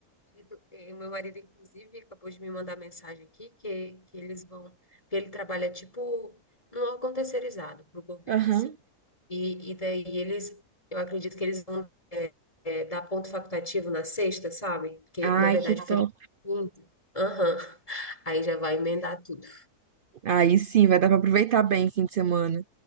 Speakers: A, on the left; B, on the right.
A: marido- eh, Meu marido, inclusive, acabou de me mandar mensagem aqui que, que eles vão, que ele trabalha tipo num órgão terceirizado para o governo,
B: aham.
A: assim. E, e daí eles, eu acredito que eles vão eh, eh, dar ponto facultativo na sexta, sabe? Porque,
B: Ai,
A: na verdade,
B: que
A: o feriado
B: top.
A: é quinta. Aham. <laughs> Aí já vai emendar tudo.
B: Aí sim, vai dar pra aproveitar bem o fim de semana.